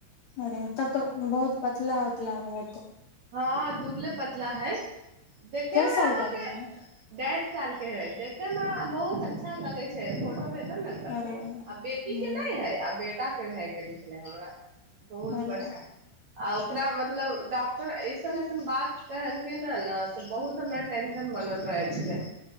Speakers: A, on the left (about 75°); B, on the right (about 60°).
A: अरे तब तऽ बहुत पतला उतला होत
B: हँ दुबले पतला हय देखैमे
A: कै साल
B: अहाँके
A: का भी है
B: डैड साल के हय देखै मे बहुत अच्छा अच्छा लगै छै फोटो भेजब ने
A: अरे ह
B: आ बेटी के नहि है आ बेटा भए गेल छेलै हमरा बहुत
A: अरे
B: परेशान आ ओकरा मतलब डॉक् टर ऐसन ऐसन बात कहलकै नै न से बहुत हमरा टेंशन बनल रहै छलै